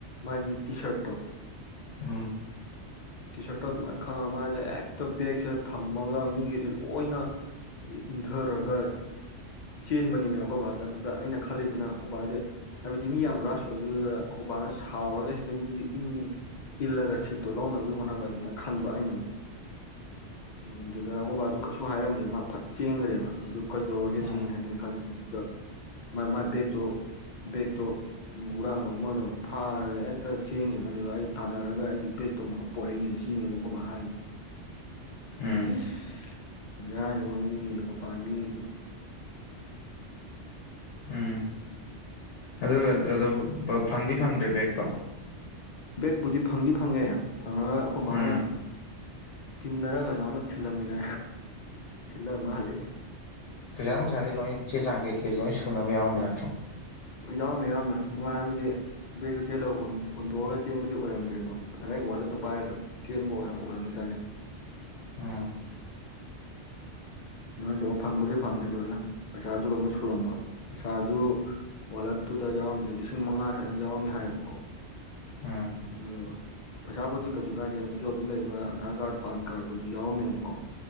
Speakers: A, on the left; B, on the left.
A: ꯃꯥꯒꯤ ꯇꯤ ꯁꯥꯔꯠꯇꯣ
B: ꯎꯝ
A: ꯇꯤ ꯁꯥꯔꯠꯇꯣ ꯑꯗꯨꯃꯥꯏꯅ ꯈꯪꯉ ꯃꯥꯁꯦ ꯍꯦꯛꯇ ꯕꯦꯒꯁꯦ ꯊꯝꯃꯒ ꯃꯤꯒꯤꯁꯦ ꯂꯣꯏꯅ ꯏꯟꯙꯔꯒ ꯆꯦꯟꯕꯅꯤꯅꯦ ꯑꯩꯈꯣꯏ ꯕꯥꯁꯦ ꯑꯗꯨꯗ ꯑꯩꯅ ꯈꯜꯂꯤꯁꯤꯅ ꯑꯩꯈꯣꯏꯕꯥꯁꯦ ꯍꯥꯏꯕꯗꯤ ꯃꯤ ꯌꯥꯝ ꯔꯥꯁ ꯑꯩꯈꯣꯕꯥꯅ ꯁꯥꯎꯔꯒ ꯍꯦꯛꯇ ꯃꯤꯁꯦ ꯏꯟ ꯏꯜꯂꯒ ꯁꯤꯠꯇꯨ ꯂꯧꯅꯕꯒꯤ ꯍꯣꯠꯅꯕ ꯑꯗꯨꯃꯥꯏꯅ ꯈꯟꯕ ꯑꯩꯅ ꯑꯃꯨꯛ ꯎꯝ ꯑꯗꯨꯗ ꯑꯍꯣꯕ ꯑꯗꯨ ꯀꯩꯁꯨ ꯍꯥꯏꯔꯝꯗꯦ ꯃꯥ ꯐꯠ ꯆꯦꯡꯈ꯭ꯔꯦꯕ ꯑꯗꯨꯗ ꯀꯩꯗꯧꯔꯒꯦ
B: ꯎꯝ
A: ꯁꯤꯅꯤ ꯍꯥꯏꯅ ꯈꯜꯂꯤꯁꯦ ꯑꯗꯨꯗ ꯃꯥ ꯃꯥ ꯕꯒ ꯇꯣ ꯕꯒ ꯇꯣ ꯍꯨꯔꯥꯟꯕ ꯑꯃ ꯑꯣꯏꯅ ꯐꯥꯔꯒ ꯍꯦꯛꯇ ꯆꯦꯡꯈꯤꯕꯅ ꯑꯗꯨꯗ ꯑꯩ ꯊꯥꯅꯔꯒ ꯑꯩꯒꯤ ꯕꯦꯒꯛꯇꯣ ꯑꯃꯨꯛꯀ ꯄꯣꯔꯛꯏꯅꯦ ꯁꯤ ꯕ ꯀꯧꯕ ꯍ
B: ꯎꯝ
A: ꯏꯁ ꯥꯅꯤꯀꯣ ꯃꯤꯁꯤꯡꯁꯦ ꯃꯄ ꯃꯤꯁꯤꯡꯅ
B: ꯎꯝ ꯑꯗꯨꯒ ꯑꯗꯨꯝ ꯐꯪꯗꯤ ꯐꯪꯗ꯭ꯔꯦ ꯕꯦꯒꯛꯇꯣ
A: ꯕꯦꯛꯄꯨꯗꯤ ꯐꯪꯗꯤ ꯐꯪꯉꯦ ꯐꯪꯉꯒ ꯑꯩꯈꯣꯏ ꯃꯥꯕꯥꯅ
B: ꯎꯝ
A: ꯇꯤꯟꯅꯔ ꯀꯩꯅꯣ ꯑꯃ ꯊꯤꯜꯂꯝꯃꯤꯅ ꯊꯤꯜꯂꯝ ꯑꯃ ꯍꯜꯂꯦ
B: ꯄꯖꯥꯅ ꯁꯥ ꯂ ꯆꯦ ꯆꯥꯡꯒꯦ ꯀ ꯂ ꯁꯨ ꯅ ꯃꯅ꯭ꯔ
A: ꯌꯥꯔꯝꯃꯦ ꯌꯥꯔꯝꯃꯦ ꯅꯨꯡꯉꯥꯏ ꯍꯥꯏꯕꯗꯤ ꯕꯦꯒꯛꯇꯨ ꯆꯦꯜꯂ ꯍꯨꯟꯇꯣꯛꯑꯒ ꯆꯦꯟꯃꯗꯤ ꯑꯣꯏꯔꯝꯗ꯭ꯔꯦꯕ ꯗꯥꯦꯛ ꯋꯥꯠꯂꯛꯇ ꯄꯥꯏꯔꯒ ꯆꯦꯟꯕ ꯑꯣꯏꯔ ꯑꯣꯏꯔꯝ ꯃꯆꯥꯥꯅꯤ
B: ꯎꯝ
A: ꯑꯗꯨꯃꯥꯏꯅ ꯇꯧꯔ ꯐꯪꯕꯨꯗꯤ ꯐꯪꯉꯦ ꯂꯣꯏꯅ ꯄꯩꯁꯥꯁꯨ ꯂꯣꯏꯅ ꯁꯨꯔꯝꯕ ꯄꯩꯁꯥꯁꯨ ꯋꯥꯠꯂ ꯇꯨꯗ ꯌꯥꯎꯔꯝꯃꯤꯁꯦ ꯂꯤꯁꯤꯡ ꯃꯉꯥ ꯁꯨꯋꯥꯏꯅ ꯌꯥꯎꯔꯝꯃꯦ ꯍꯥꯏꯌꯦꯕꯀꯣ
B: ꯎꯝ
A: ꯑꯗꯨ ꯄꯩꯁꯥ ꯄꯣꯠꯇꯤ ꯀꯩꯁꯨ ꯀꯥꯏꯗꯦ ꯑꯗꯨꯁꯨ ꯑꯗꯨꯝ ꯂꯩꯕ ꯑꯙꯥꯔ ꯀꯥꯔꯗ ꯄꯥꯟ ꯀꯥꯔꯗꯣꯏꯁꯨ ꯌꯥꯎꯔꯝꯃꯦꯕꯀꯣ